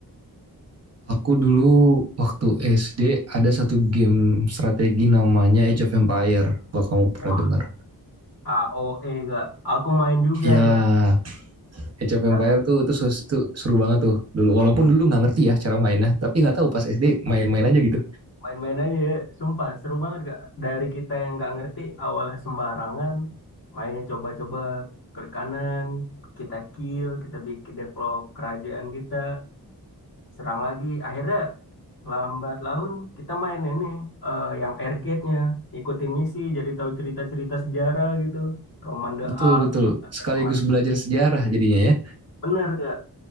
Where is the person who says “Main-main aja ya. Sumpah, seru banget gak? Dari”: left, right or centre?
Left